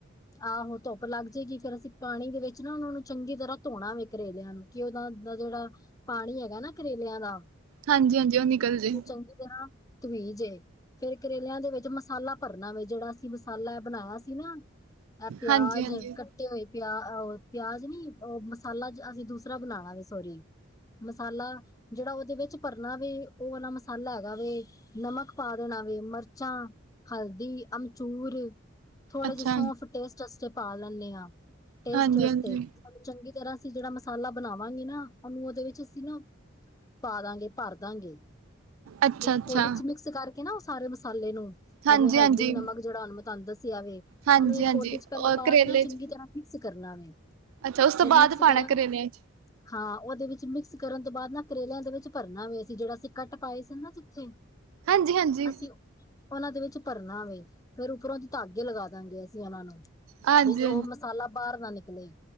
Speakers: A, on the left (about 15°); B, on the right (about 85°).
A: ਆਹੋ ਧੁੱਪ ਲੱਗ ਜੇਗੀ ਫੇਰ ਅਸੀ ਪਾਣੀ ਦੇ ਵਿੱਚ ਨਾ ਓਨਾਂ ਨੂੰ ਚੰਗੀ ਤਰਾਂ ਧੋਣਾ ਵੇ ਕਰੇਲੇਆਂ ਨੂੰ। ਕਿ ਓਦਾ ਜੇੜਾ ਪਾਣੀ ਹੈਗਾ ਨਾ ਕਰੇਲੇਆਂ ਦਾ
B: ਹਾਂਜੀ ਹਾਂਜੀ ਉਹ ਨਿਕਲ ਜੇ
A: ਚੰਗੀ ਤਰਾਂ ਧੱਵੀ ਜੇ, ਫੇਰ ਕਰੇਲੇਆਂ ਦੇ ਵਿਚ ਮਸਾਲਾ ਭਰਨਾ ਵੇ ਜੇੜਾ ਅਸੀ ਮਸਾਲਾ ਐ ਬਨਾਏਆ ਸੀ ਨਾ ਐ ਪਿਆਜ
B: ਹਾਂਜੀ ਹਾਂਜੀ
A: ਕ ਕੱਟੇ ਹੋਏ ਪੇਆ ਪਿਆਜ ਨੀ ਓ ਮਸਾਲਾ ਅਸੀ ਦੂਸਰਾ ਬਣਾ ਲਾਗੇ ਸੋਰੀ। ਮਸਾਲਾ ਜੇੜਾ ਓਦੇ ਵਿਚ ਭਰਨਾ ਵੇ, ਓ ਵਾਲਾ ਮਸਾਲਾ ਹੈਗਾ ਵੇ ਨਮਕ ਪਾ ਦੇਣਾ ਵੇ ਮਰਚਾਂ, ਹਲਦੀ, ਅਮਚੂਰ ਥੋੜੇ
B: ਅੱਛਾ
A: ਜੇ ਸੌਂਫ਼ ਟੇਸਟ ਅਸਤੇ ਪਾ ਲੈਂਨੇ ਆਂ ਟੇਸਟ
B: ਹਾਂਜੀ
A: ਵਸਤੇ
B: ਹਾਂਜੀ
A: ਚੰਗੀ ਤਰਾਂ ਅਸੀ ਜੇੜਾ ਮਸਾਲਾ ਬਨਾਵਾਂਗੇ ਨਾ, ਓਨੂੰ ਓਦੇ ਵਿਚ ਅਸੀ ਨਾ ਪਾ ਦਾਂਗੇ ਭਰ ਦਾਂਗੇ,
B: ਅੱਛਾ
A: ਇਕ
B: ਅੱਛਾ
A: ਕੋਲੀ ਚ ਮਿਕਸ ਕਾਰਕੇ ਨਾ ਓ ਸਾਰੇ ਮਸਾਲੇ ਨੂੰ
B: ਹਾਂਜੀ
A: ਜਿਵੇਂ ਹਲਦੀ,
B: ਹਾਂਜੀ
A: ਨਮਕ ਜੇੜਾ ਹੁਣ ਮੈਂ ਤੂਆਨੂੰ ਦੱਸੇਆ ਵੇ,
B: ਹਾਂਜੀ
A: ਓਨੂੰ ਇਕ
B: ਹਾਂਜੀ
A: ਕੋਲੀ ਚ ਪੈਲੇ
B: ਔਰ
A: ਪਾ
B: ਕਰੇਲੇ
A: ਕੇ ਨਾ ਚੰਗੀ
B: 'ਚ
A: ਤਰਾਂ ਮਿਕਸ ਕਰਨਾ ਵੇ,
B: ਅੱਛਾ ਉਸ ਤੋਂ
A: ਫੇਰ
B: ਬਾਅਦ
A: ਮਿਕਸ
B: ਪਾਉਣਾ
A: ਕਰਨ
B: ਕਰੇਲਿਆਂ 'ਚ
A: ਹਾਂ ਓਦੇ ਵਿਚ ਮਿਕਸ ਕਰਨ ਤੋ ਬਾਦ ਨਾ ਕਰੇਲੇਆਂ ਦੇ ਵਿਚ ਭਰਨਾ ਵੇ, ਅਸੀ ਜੇੜਾ ਅਸੀ ਕੱਟ ਪਾਏ ਸਨ ਨਾ ਜਿੱਥੇ
B: ਹਾਂਜੀ ਹਾਂਜੀ
A: ਅਸੀ ਓਨਾਂ ਦੇ ਵਿਚ ਭਰਨਾ ਵੇ, ਫੇਰ ਉਪਰੋਂ ਦੀ ਧਾੱਗੇ ਲਗਾ ਦਾਂ ਗੇ ਅ ਅਸੀ ਓਨਾਂ ਨੂੰ
B: ਹਾਂਜੀ
A: ਬੀ ਓ
B: ਹਾਂਜੀ
A: ਮਸਾਲਾ ਬਾਹਰ ਨਾ ਨਿਕਲੇ